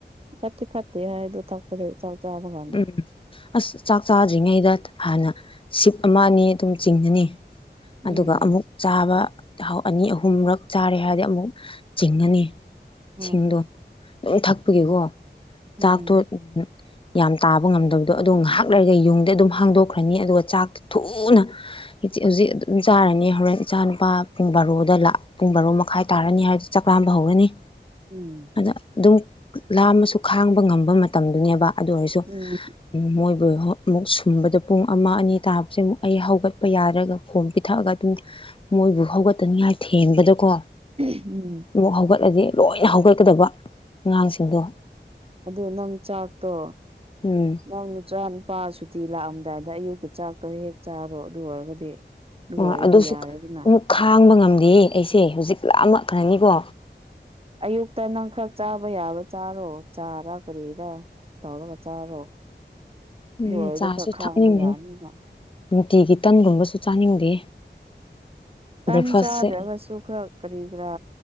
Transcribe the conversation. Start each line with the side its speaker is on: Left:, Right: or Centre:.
Right: ꯐꯠꯇꯤ ꯐꯠꯇꯦ ꯍꯥꯏ ꯊꯦꯛꯄꯗꯣ ꯆꯕ ꯀꯟꯗ
Left: ꯎꯝ ꯑꯁ ꯆꯥꯛ ꯆꯥꯗ꯭ꯔꯤꯉꯩꯗ ꯍꯥꯟꯅ ꯁꯤꯞ ꯑꯃ ꯑꯅꯤ ꯑꯗꯨꯝ ꯆꯤꯡꯒꯅꯤ ꯑꯗꯨꯒ
Right: ꯎꯝ
Left: ꯑꯃꯨꯛ ꯆꯥꯕ ꯑꯅꯤ ꯑꯍꯨꯝꯔꯛ ꯆꯥꯔꯦ ꯍꯥꯏꯔꯗꯤ ꯑꯃꯨꯛ ꯆꯤꯡꯉꯅꯤ
Right: ꯍꯣꯏ
Left: ꯏꯁꯤꯡꯗꯣ ꯑꯗꯨꯝ ꯊꯛꯄꯒꯤꯀꯣ
Right: ꯎꯝ
Left: ꯆꯥꯛꯇꯣ
Right: ꯎꯝ
Left: ꯌꯥꯝ ꯇꯥꯕ ꯉꯝꯗꯕꯗꯣ ꯑꯗꯣ ꯉꯥꯏꯍꯥꯛ ꯂꯩꯔꯒ ꯌꯨꯡꯗ ꯑꯗꯨꯝ ꯍꯥꯡꯗꯣꯛꯈ꯭ꯔꯅꯤ ꯑꯗꯨꯒ ꯆꯥꯛꯇ ꯊꯨꯅ ꯍꯧꯖꯤꯛ ꯑꯗꯨꯝ ꯆꯥꯔꯅꯤ ꯍꯣꯔꯦꯟ ꯏꯆꯥ ꯅꯨꯨꯄꯥ ꯄꯨꯡ ꯕꯥꯔꯣꯗ ꯂꯛ ꯄꯨꯡ ꯕꯥꯔꯣ ꯃꯈꯥꯏ ꯇꯥꯔꯅꯤ ꯍꯥꯏ ꯆꯥꯛ ꯂꯥꯝꯕ ꯍꯧꯔꯅꯤ
Right: ꯎꯝ
Left: ꯑꯗ ꯑꯗꯨꯝ ꯂꯥꯝꯃꯁꯨ ꯈꯥꯡꯕ ꯉꯝꯕ ꯃꯇꯝꯗꯨꯅꯦꯕ ꯑꯗꯨ ꯑꯣꯏꯔꯁꯨ
Right: ꯎꯝ
Left: ꯃꯣꯏꯕꯨ ꯑꯃꯨꯛ ꯁꯨꯝꯕꯗ ꯄꯨꯡ ꯑꯃ ꯑꯅꯤ ꯇꯥꯕꯁꯦ ꯑꯃꯨꯛ ꯑꯩ ꯍꯧꯒꯠꯄ ꯌꯥꯔꯒ ꯈꯣꯝ ꯄꯤꯊꯛꯑꯒ ꯑꯗꯨꯝ ꯃꯣꯏꯕꯨ ꯍꯧꯒꯠꯇꯅꯤꯉꯥꯏ ꯊꯦꯝꯕꯗꯀꯣ
Right: ꯎꯝ
Left: ꯑꯃꯨꯛ ꯍꯧꯒꯠꯂꯗꯤ ꯂꯣꯏꯅ ꯍꯧꯒꯠꯀꯗꯕ ꯑꯉꯥꯡꯁꯤꯡꯗꯣ
Right: ꯑꯗꯨ ꯅꯪ ꯆꯥꯛꯇꯣ
Left: ꯎꯝ
Right: ꯅꯪ ꯅꯆꯥ ꯅꯨꯄꯥ ꯁꯨꯇꯤ ꯂꯥꯛꯑꯝꯗꯥꯏꯗ ꯑꯌꯨꯛꯀꯤ ꯆꯥꯛꯇꯣ ꯍꯦꯛ ꯆꯥꯔꯣ ꯑꯗꯨ ꯑꯣꯏꯔꯒꯗꯤ ꯑꯗꯨ
Left: ꯍꯣꯏ
Right: ꯑꯣꯏꯔꯗꯤ
Left: ꯑꯗꯨꯁꯨ
Right: ꯌꯥꯔꯦꯗꯅ
Left: ꯑꯃꯨꯛ ꯈꯥꯡꯕ ꯉꯝꯗꯦ ꯑꯩꯁꯦ ꯍꯧꯖꯤꯛ ꯂꯥꯃꯛ ꯈꯔꯅꯤꯀꯣ
Right: ꯑꯌꯨꯛꯇ ꯅꯪ ꯈꯔ ꯆꯥꯕ ꯌꯥꯕ ꯆꯥꯔꯣ ꯆꯥꯔ ꯀꯔꯤꯔꯥ ꯇꯧꯔꯒ ꯆꯥꯔꯣ
Left: ꯑꯗꯨꯅꯦ
Right: ꯂꯣꯏꯔꯗꯤ
Left: ꯆꯥꯁꯨ
Right: ꯈꯔ ꯈꯥꯡꯕ
Left: ꯊꯛꯅꯤꯡꯗꯦ
Right: ꯌꯥꯅꯤꯅ
Left: ꯅꯨꯡꯇꯤꯒꯤ ꯇꯟꯒꯨꯝꯕꯁꯨ ꯆꯥꯅꯤꯡꯗꯦ
Right: ꯇꯟ
Left: ꯕ꯭ꯔꯦꯛꯐꯥꯁꯁꯦ
Right: ꯆꯥꯗ꯭ꯔꯒꯁꯨ ꯈꯔ ꯀꯔꯤ ꯀꯔꯥ